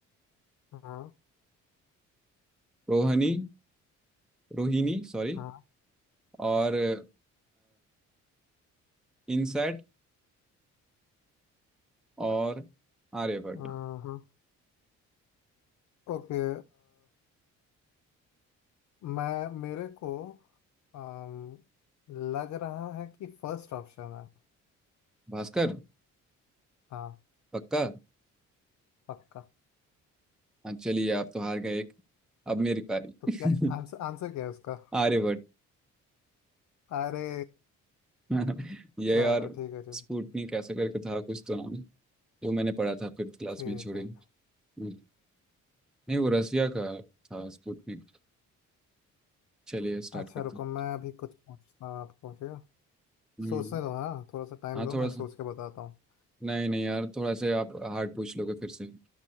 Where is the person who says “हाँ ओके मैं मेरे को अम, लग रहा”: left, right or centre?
Left